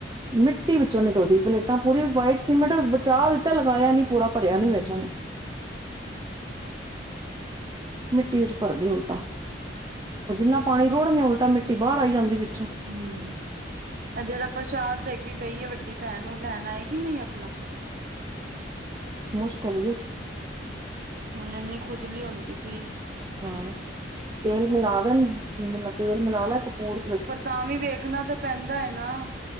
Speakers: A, on the right; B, on the right.
A: ਮਿੱਟੀ ਵਿਚੋ, ਨਿਕਲਦੀ ਪਈ। ਤਾਂ, ਪੂਰੀ ਵਾਈਟ ਸੀਮੈਟ। ਬਚਾ ਲਿਤਾ ਲਗਾਇਆ ਨੀ ਪੂਰਾ। ਭਰਿਆ
B: ਹਮ ਹਮ
A: ਨੀ ਵਿਚ। ਮਿੱਟੀ ਵਿਚ ਭਰਦੀ ਉਲਟਾ। ਉਹ ਜਿਨਾ ਪਾਣੀ ਰੋੜਦੇ, ਉਲਟਾ ਮਿੱਟੀ ਬਾਹਰ, ਆਈ ਜਾਦੀ। ਵਿਚੋ
B: ਹੂੰ। ਐ ਜਿਹੜਾ ਪ੍ਰਸ਼ਾਦ, ਦੈ ਕੇ ਗਈ ਆ। ਵਡੀ ਭੈਣ, ਉਹ ਲੈਣ ਆਏਗੀ ਨਹੀ ਆਪਣਾ।
A: ਮੁਸ਼ਕਿਲ ਜੀ।
B: ਹੁਣ ਇਨੀ, ਖੁਜਲੀ ਹੁਦੀ ਪਈ ਏ।
A: ਹਾਂ, ਤੇਲ ਮਿਲਾ ਦੇਣ, ਤੇਲ ਮਿਲਾ ਲੈ ਕਪੂੂਰ
B: ਪਰ ਤਾਂ ਵੀ, ਵੇਖਣਾ ਤਾਂ ਪੈਦਾ ਹੈ, ਨਾ।